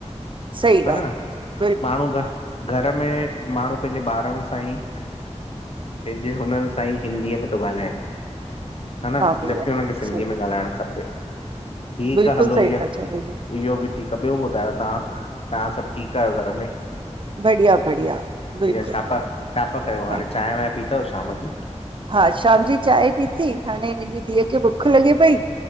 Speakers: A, on the right (about 45°); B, on the left (about 55°).
A: सही
B: हा
A: ॻाल्हि
B: न
A: तव।
B: माण्हू घर में माण्हू पंहिंजे ॿारनि सां ई पेंजे हुननि सां ई हिंदीअ में तो ॻाल्हाए। हा न
A: भईया
B: जबकी हुनखे सिंधीअ
A: सही
B: में ॻाल्हाइणु खपे। ठीकु
A: बिल्कुलु
B: आ हलो
A: सही था
B: इहो
A: चओ भईया,
B: इहो ॿि ठीकु आहे ॿियो ॿुधायो तव्हां तव्हां सभु ठीकु आयो घर ब
A: बढ़िया बढ़िया बिल्कुलु
B: छा छा कयो
A: हा
B: पीता शाम जी।
A: हा, शाम जी चांहि पीती, हाणे मुंहिंजी धीअ खे बुख लॻे पई।